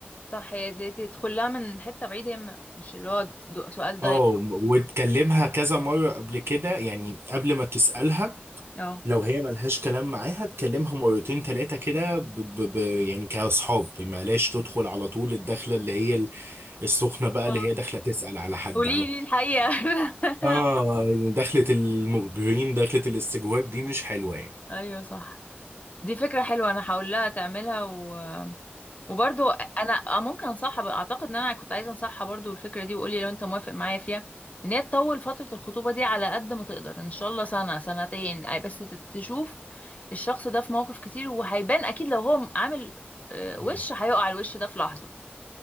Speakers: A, on the left; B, on the right.
A: صح هي دي تدخل لها من حتة بعيدة هي م- مش اللي هو د- سؤال دايركت
B: اه وتكلمها كذا مرة قبل كده يعني قبل ما تسألها
A: اه
B: لو هي ملهاش كلام معاها تكلمها مرتين تلاتة كده ب... ب... ب... يعني كأصحاب ما لاش تدخل على طول الدخلة اللي هي ال- السخنة بقى
A: اه
B: اللي هي داخلة تسأل على حد
A: قولي
B: اه
A: لي الحقيقة <laughs>
B: اه دخلة المخبرين دخلة الاستجواب دي مش حلوة يعني
A: ايوه صح دي فكرة حلوة انا هقول لها تعملها و... وبرضو انا آه، ممكن انصحها بقى. اعتقد ان انا كنت عايزة انصحها برضو الفكرة دي وقولي لو انت موافق معايا فيها ان هي تطول فترة الخطوبة دي على قد ما تقدر ان شاء الله سنة سنتين أي بس ت- تشوف الشخص ده في مواقف كتير وهيبان اكيد لو هو عامل آه،
B: مم.
A: وش هيقع الوش ده في لحظة